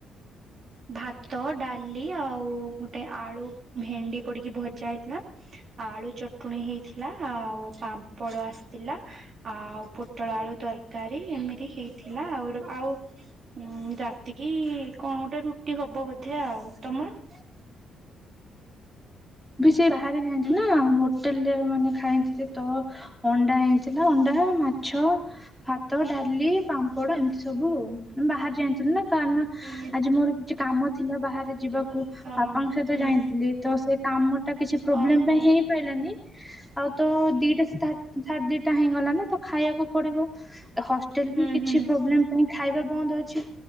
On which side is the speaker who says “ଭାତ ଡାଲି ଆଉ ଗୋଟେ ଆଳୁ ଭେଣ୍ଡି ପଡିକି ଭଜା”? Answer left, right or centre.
Right